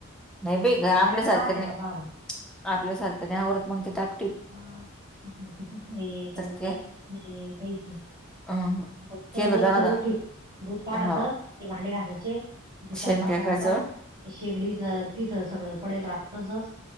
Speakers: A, in the centre; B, on the right.
A: नाही बे का आपल्यासारख्याने
B: घरात पाहत्या का पहा बरं.
A: आपल्यासारख्याने आववरत मग ते टापटिप.
B: हा कापची कूच नाही का मून
A: के
B: गॅसच नाही काहीच नाही.
A: अं
B: फक्त
A: केलं
B: रोजचा
A: दणा दणा
B: रूटी. दूध काढायच
A: हाव
B: ते भांडे घासाचे ते स्वयंपाक
A: शेण फेकायचं
B: करायचा ते शेगडीच. तिथं सगळं पडेल राात तसंच.